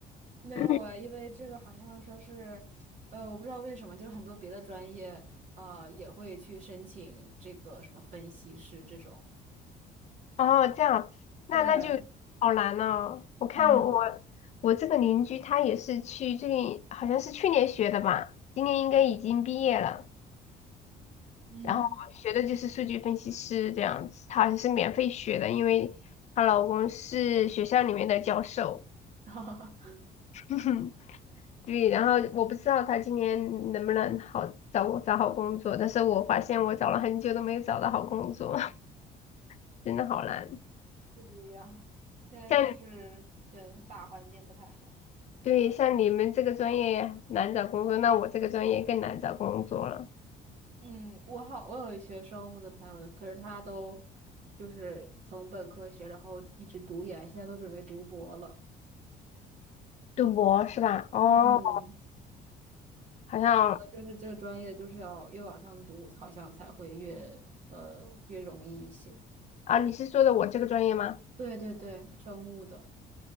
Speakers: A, on the right; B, on the left.
A: 没有哎，
B: <clears throat>
A: 因为这个好像说是，呃，我不知道为什么，就是很多别的专业，啊也会去申请这个什么分析师这种。
B: 哦，这样，那那就好难哦。
A: 对，
B: 我看我我这个邻居，
A: 嗯，
B: 他也是去最近好像是去年学的吧，今年应该已经毕业了。
A: 嗯。
B: 然后学的就是数据分析师这样子，她好像是免费学的，因为她老公是学校里面的教授。
A: <laughs>
B: <laughs> 对，然后我不知道她今年能不能好找找好工作，但是我发现我找了很久都没有找到好工作，<laughs> 真的好难。
A: 不一样。现在就是对大环境不太好。
B: 像。你。对，像你们这个专业难找工作，那我这个专业更难找工作了。
A: 嗯，我好，我有一学生物的朋友，可是他都就是从本科学，然后一直读研，现在都准备读博了。
B: 读博是吧？哦，
A: 嗯，
B: 好像
A: 我就是这个专业，就是要越往上读，好像才会越呃越容易一些。
B: 啊，你是说的我这个专业吗？
A: 对对对，生物的，